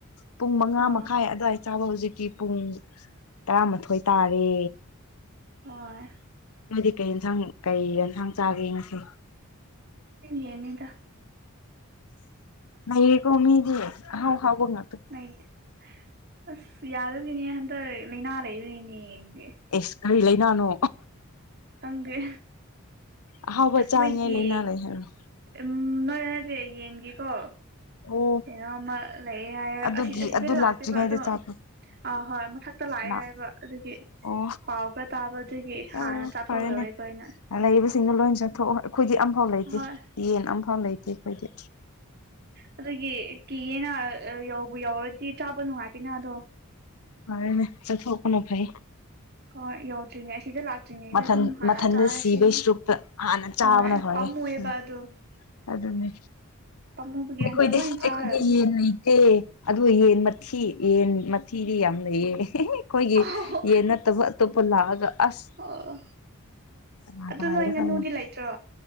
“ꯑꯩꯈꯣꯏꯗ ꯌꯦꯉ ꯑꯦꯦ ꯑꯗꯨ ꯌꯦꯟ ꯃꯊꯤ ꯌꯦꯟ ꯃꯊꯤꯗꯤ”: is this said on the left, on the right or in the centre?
Left